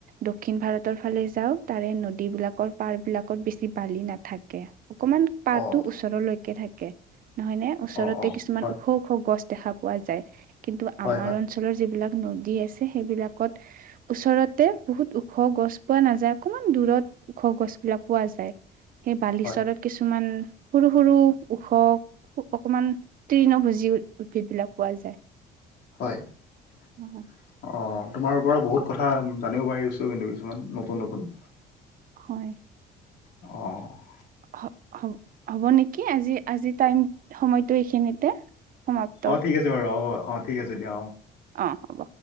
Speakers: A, on the right (about 55°); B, on the left (about 70°).
A: দক্ষিণ ভাৰতৰ ফালে যাৱ। তাৰে নদীবিলাকৰ পাৰ বিলাকত বেছি বালি নাথাকে। অকমান পাৰটো
B: অ
A: ওচৰলৈকে থাকে। নহয় নে? ওচৰতে
B: অ অ
A: কিছুমান
B: হয়
A: ওখ ওখ গছ দেখা পোৱা যায় কিন্তু
B: হয়
A: আমাৰ
B: হয়
A: অঞ্চলৰ যিবিলাক নদী আছে সেইবিলাকত ওচৰতে বহুত ওখ গছ পোৱা নাযায়। অকণমান দূৰত ওখ গছবিলাক পোৱা যায়। সেই বালিচলত
B: হয়
A: কিছুমান সৰু সৰু ওখ অকমান তীৰ্ণ ভুজি উদ্ভিদ বিলাক পোৱা যায়।
B: হয়। অঁ,
A: অ',
B: তোমাৰ পৰা বহুত কথা জানিব পাৰিছোঁ কিন্তু কিছুমান নতুন নতুন।
A: হয়।
B: অঁ।
A: হ'ব্ হ'ব্ হ'ব নেকি? আজি আজি টাইম সময়টো এইখিনিতে। সমাপ্ত
B: অঁ, ঠিক আছে বাৰু হ'ব। অঁ, ঠিক আছে দিয়া অঁ।
A: অঁ, হ'ব।